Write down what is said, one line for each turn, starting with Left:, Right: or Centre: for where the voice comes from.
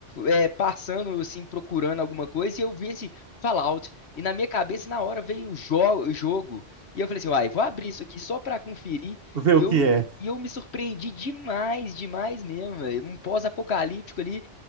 Left: É, passando, assim, procurando alguma coisa, e eu vi esse Fallout, e na minha cabeça, na hora, veio o jo- jogo. E eu falei assim, uai, vou abrir isso aqui só pra conferir.
Right: Vê o
Left: E eu,
Right: que é.
Left: e eu me surpreendi demais, demais mesmo, velho. Um pós-apocalíptico ali,